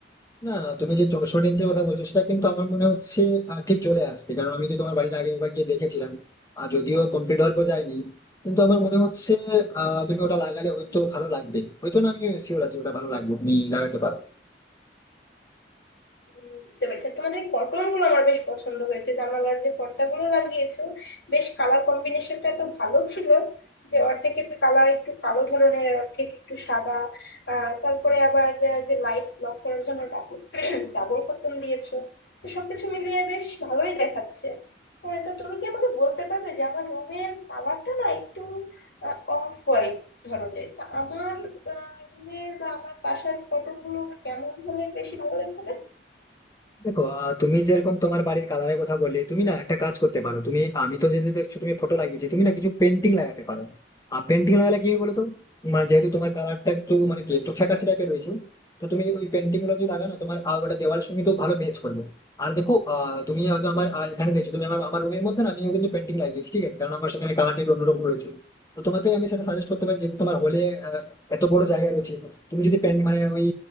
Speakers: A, on the left; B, on the left.
A: না না তুমি যে চৌষট্টি ইঞ্চের কথা বলছো সেটা কিন্তু আমার মনে হচ্ছে আহ, ঠিক চলে আসবে কারণ আমি তো তোমার বাড়িতে আগে একবার গিয়ে দেখেছিলাম আর যদিও কমপ্লিট হওয়ার পর যায়নি কিন্তু আমার মনে হচ্ছে আহ তুমি ওটা লাগালে হয়তো ভালো লাগবে হয়তো না আমি শিওর আছি ওটা ভালো লাগবে তুমি লাগাতে পারো
B: উম, বুঝতে পেরেছি আর তোমাদের কটন গুলো আমার বেশ পছন্দ হয়েছে জানালার যে পর্দাগুলো লাগিয়েছো বেশ কালার কম্বিনেশনটা এত ভালো ছিল যে অর্ধেকের কালার একটু কালো ধরনের আর অর্ধেক একটু সাদা আহ তারপরে আবার আহ, যে লাইট ব্লক করার জন্য ডাবল ডাবল কটন দিয়েছো তো সবকিছু মিলিয়ে বেশ ভালোই দেখাচ্ছে হ্যাঁ তো তুমি কি আমাকে বলতে পারবে যে আমার রুমের কালারটা না একটু অফ হোয়াইট ধরনের তা আমার রুমের বা আমার বাসার কটন গুলো কেমন হলে বেশি ভালো দেখাবে
A: দেখো আহ, তুমি যেরকম তোমার বাড়ির কালারের কথা বললে তুমি না একটা কাজ করতে পারো তুমি আমি তো যেহেতু দেখছো তুমি ফটো লাগিয়েছি তুমি না কিছু পেন্টিং লাগাতে পারো আর পেন্টিং লাগালে কি হয় বলতো মানে যেহেতু তোমার কালারটা একটু মানে কি একটু ফ্যাকাশে টাইপের রয়েছে তো তুমি ওই পেন্টিং গুলো যদি লাগানো তোমার আহ, ওটা দেওয়ালের সঙ্গে তো ভালো ম্যাচ করবে আর দেখো আহ, তুমি হয়তো আমার আহ, এখানে দেখছো তুমি আমার আমার রুমের মধ্যে না আমি কিন্তু পেন্টিং লাগিয়েছি ঠিক আছে কারণ আমার সেখানে কালারটা একটু অন্যরকম রয়েছে তো তোমাকে আমি সেটা সাজেস্ট করতে পারি যেহেতু তোমার হলে এত বড় জায়গা রয়েছে তুমি যদি পেন মানে ওই